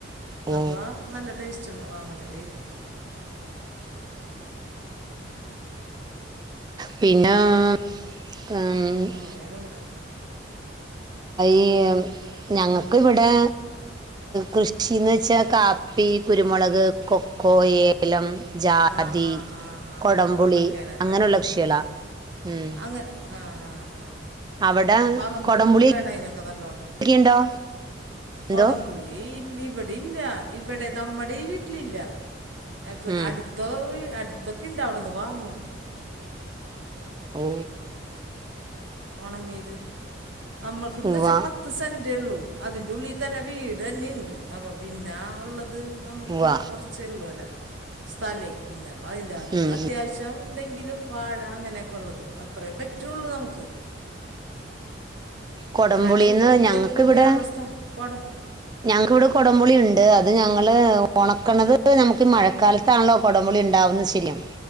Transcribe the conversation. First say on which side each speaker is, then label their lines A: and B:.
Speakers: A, on the right; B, on the right.
A: ഓ
B: അപ്പ നല്ല ടേസ്റ്റ് ടേസ്റ്റുണ്ടാവും അങ്ങനെ ചെയ്യും
A: പിന്നാ <unintelligible>
B: അങ്ങനെയാണ് ഇവിടെ
A: ഈ ഞങ്ങക്ക് ഇവിടെ കൃഷിന്ന്ച്ചാ കാപ്പി കുരുമുളക് കൊക്കോ ഏലം ജാതി
B: ആ ആ ആ ആ
A: കൊടംപുളി
B: ആ അതൊക്കെയാണല്ലേ
A: അങ്ങനെയുള്ള
B: ആ
A: കൃഷിളാ
B: ആ ആ
A: ഉം
B: അങ്ങനെ ആ ആ
A: അവിടെ
B: ആ പറമ്പ്
A: കൊടംപുളി
B: വേണാ അയ്നൊക്കെ നല്ലോണം
A: ഒക്കെയുണ്ടോ എന്തോ
B: കൊടംപുളി ഇല്ല ഇവടെ ഇല്യ ഇവടെ നമ്മ ഇടെ ഈ വീട്ടിലില്ലാ എവി
A: ഉം
B: അട്ത്ത് ടുത്ത് അടുത്തൊക്കിണ്ട് അവിടെന്ന് വാങ്ങും <inaudible>
A: ഓ
B: ഒണങ്ങിത് നമ്മൾക്ക് പിന്നെച്ചാ
A: ഉവ്വ
B: പത്ത് സെന്റ്ള്ളൂ അതിന്റെ ഉള്ളി തന്നെ വീ തന്നെണ്ട് അപ്പൊ പിന്നാ ഒള്ള ത് നമുക്ക്
A: ഉവ്വ
B: കുറച്ചേള്ളൂ ല്ലാ സ്ഥലേ പിന്നാ അപ്പോ അതിന്റാത്ത്
A: ഉം
B: അത്യാവശ്യം എന്തെങ്കിലും വാഴ അങ്ങനെക്കെള്ളത് അത്രേ പ റ്റുള്ളൂ നമുക്ക്
A: കൊടംപുളിന്ന്
B: അല്ലാണ്ട് പുളിയൊന്നും
A: ഞങ്ങക്കിവടെ
B: വെക്കാനുള്ള സ്ഥലം കുടം
A: ഞങ്ങക്ക്‌വിടെ കൊടംപുളിണ്ട് അത് ഞങ്ങള് ഒണക്കണത് നമുക്ക് മഴക്കാലത്താണല്ലോ കൊടംപുളി ഇണ്ടാവുന്നത് ശരികം